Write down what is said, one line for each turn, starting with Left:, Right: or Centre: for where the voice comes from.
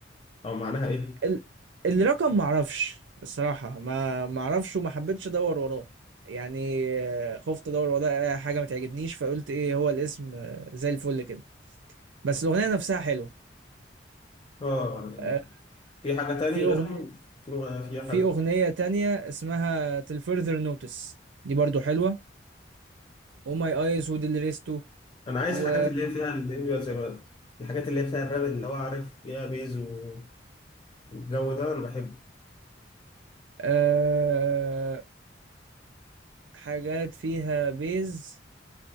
Left: او معناها ايه
Right: ال- الرقم معرفش الصراحة ما معرفش وما حبيتش ادور وراه يعني آه، خفت ادور وراه حاجة ما تعجبنيش فقلت ايه هو الاسم آه، زي الفل كده بس الأغنية نفسها حلوة
Left: اه يعني
Right: آه،
Left: في حاجه تاني
Right: في
Left: غيرهم
Right: أغنية
Left: في في
Right: في
Left: حاجه
Right: أغنية تانية اسمها Till Further Notice دي برضو حلوة Oh My Eyes وديل ريستو
Left: انا عايز
Right: و
Left: حاجات اللي هي فيها اللي هي زي ما قلت، الحاجات اللي هي فيها الراب اللي هو عارف فيها بيز و... والجو ده انا بحبه
Right: آه، حاجات فيها بيز